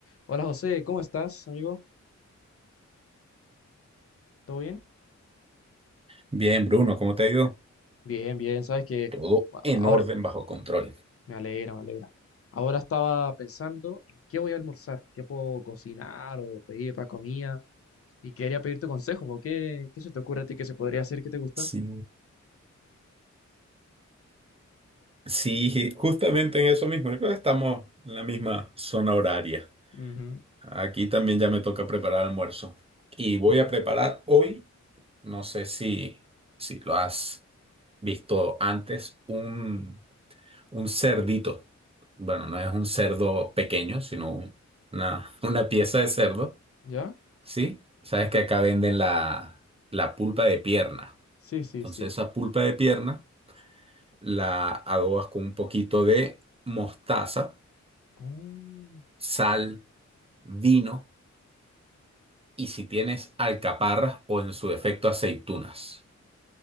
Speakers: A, on the left (about 50°); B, on the right (about 20°).
A: Hola José, ¿cómo estás, amigo? ¿Todo bien?
B: Bien, Bruno, ¿cómo te ha ido?
A: Bien, bien, sabes que
B: Todo
A: bueno,
B: en
A: ahora
B: orden, bajo control.
A: me alegra, me alegra. Ahora estaba pensando en qué voy a almorzar, qué puedo cocinar o pedir para comida y quería pedirte consejo, ¿por ¿qué, qué se te ocurre a ti que se podría hacer que te gusta?
B: Sí. Sí, justamente en eso mismo. Yo creo que estamos en la misma zona horaria.
A: Ujú,
B: Aquí también ya me toca preparar almuerzo. Y voy a preparar hoy, no sé si, si lo has visto antes, un, un cerdito. Bueno, no es un cerdo pequeño, sino un- una, <laughs> una pieza de cerdo,
A: ¿Ya?
B: ¿sí? Sabes que acá venden la, la pulpa de pierna.
A: Sí, sí,
B: Entonces
A: sí.
B: esa pulpa de pierna la adobas con un poquito de mostaza,
A: Mm.
B: sal, vino y si tienes alcaparras o en su defecto aceitunas.